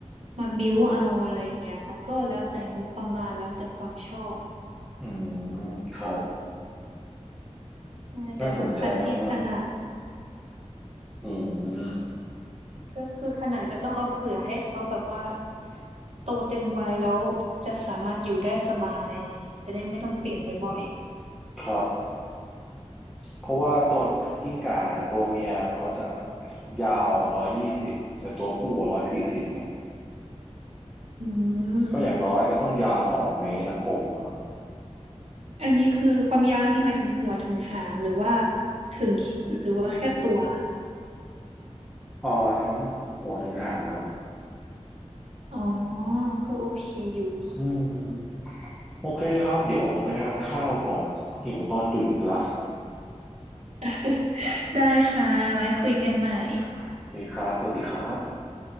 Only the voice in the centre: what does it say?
อืม ครับ
น่าสนใจมากๆอืม
ครับ เพราะว่าตัวกิ้งก่าเนี่ย ตัวเมียเขาจะยาวอ่ะร้อยยี่สิบแต่ตัวผู้อ่ะร้อยสี่สิบไง
ก็อย่างน้อยก็ต้องยาวสองเมตรอะกรงอ่ะ
อ่อทั้งหัวถึงหางครับ
อืม โอเคครับ เดี๋ยวไปทานข้าวก่อนหิวตอนดึกอีกแล้ว
โอเคครับสวัสดีครับ